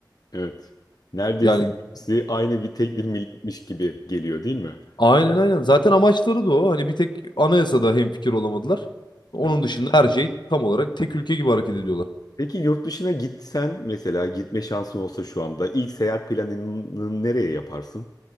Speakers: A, on the left; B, on the left.
A: Evet. Neredeyse
B: Yani
A: hepsi aynı bir tek bir milletmiş gibi geliyor değil mi?
B: aynen aynen. Zaten amaçları da o. Hani bir tek anayasada hemfikir olamadılar. Onun
A: Evet.
B: dışında her şey tam olarak tek ülke gibi hareket ediyorlar.
A: Peki yurt dışına gitsen mesela gitme şansın olsa şu anda ilk seyahat planını nereye yaparsın?